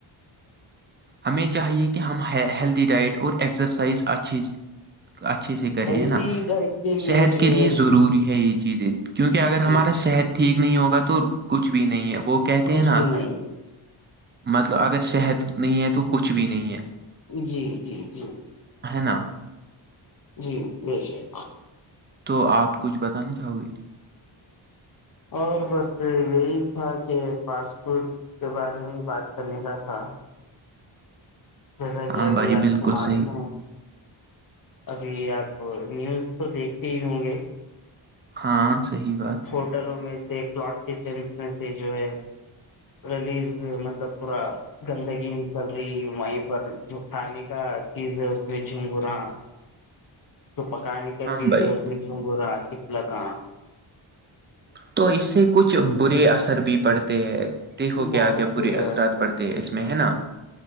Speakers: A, on the right; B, on the left.
A: ہمیں چاہیے کہ ہم ہیلدی ڈائٹ اور ایکسرسائز اچھی اچھے سے کرے
B: ہیلدی
A: ہے نا
B: ڈائٹ کے
A: صحت
B: جو
A: کے لیے
B: ہے
A: ضروری ہے یہ چیزیں کیونکہ اگر ہمارا
B: جی جی
A: صحت ٹھیک نہیں ہوگا تو کچھ بھی نہیں ہے وہ کہتے
B: کچھ
A: ہیں نا
B: بھی نہیں
A: مطلب اگر صحت نہیں ہے تو کچھ بھی نہیں ہے
B: جی جی جی
A: ہے نا
B: جی بیچے ہاں
A: تو آپ کچھ بتانا چاہو گے
B: اور بس یہی تھا کہ فاسٹ فوڈ کے بارے میں بات کرنے کا تھا جیسا کہ
A: ہاں
B: ابھی
A: بھائی
B: آپ
A: بالکل
B: کو معلوم
A: صحیح
B: ہے ابھی آپ نیوز کو دیکھتے ہی ہوں گے <unintelligible>
A: ہاں صحیح بات
B: ہوٹلوں میں سے کلاٹ کچن میں سے جو ہے لیز مطلب پورا گندگی نکل رہی وہیں پر جو کھانے کا چیز ہے اس میں جھنگورا جو پکانے کا
A: ہاں
B: چیز
A: بھائی
B: ہے اس میں جھگورا چپلک
A: تو اس سے کچھ برے اثر بھی پڑتے ہیں دیکھو کیا
B: بہت
A: کیا برے اثرات
B: ایسے
A: پڑتے ہیں اس میں ہے نا